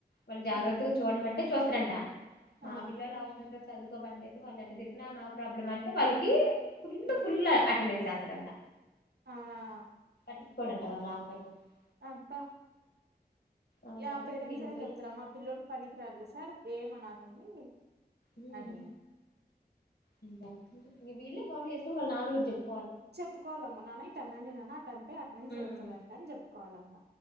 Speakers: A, on the left; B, on the right.
A: వాళ్ళు జాగ్రత్తగా
B: ఆ
A: చూడ మంటే చూస్తరంట
B: ఆ
A: మా పిల్లోల్లు అవసరం అయితే చదువుకో పనిలేదు వాళ్ళు ఎట్ట తిరిగినా నో ప్రాబ్లమ్ అంటే వాళ్ళకి ఫుల్
B: ఉమ్,
A: ఫుల్ అటెండన్స్ వేస్తడంట
B: అవునా
A: చిప్పుకోవడంట వాారు రాకపోనా <unintelligible>
B: అబ్బా
A: అలాంటప్పుడు
B: యా పేరెంట్స్
A: ఇంక వీళ్ళు
B: అనే
A: పోయి
B: చెప్తారా మా పిల్ల్లోడుకి పనికి రాలేడు సార్ ఏమనాకండి
A: హ్మ్
B: అనీ
A: నేను వీళ్ళే ఫోన్లు చేసుకుని వాళ్ళ నాన్నొలకి చెప్పు
B: చెప్పుకోవాలమ్మ నాన్న ఇట్ట అనండి నాన్న అట్ట అంటే అటెండెన్స్
A: ఉమ్.
B: వెస్త డంట అని చెప్పుకోవాలంట